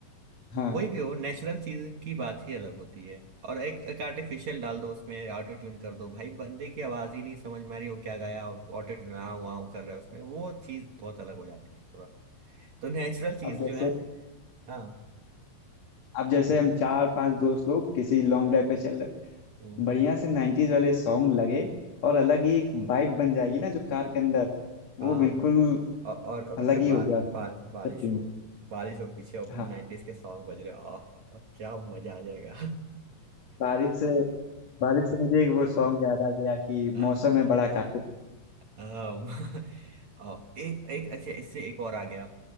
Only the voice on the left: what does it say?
हाँ
अब जैसे
अब जैसे हम चार पांच दोस्त लोग किसी लॉन्ग ड्राइव पे चल रहे
बढ़िया से 90s वाले सॉन्ग लगे और अलग ही एक वाइब बन जाएगी ना जो कार के अंदर वो
बिल्कुल
अलग
ही
होगा उसका
scene।
हाँ
बारिश से बारिश से मुझे एक वो सॉन्ग याद आ गया कि
मौसम है बड़ा कातिल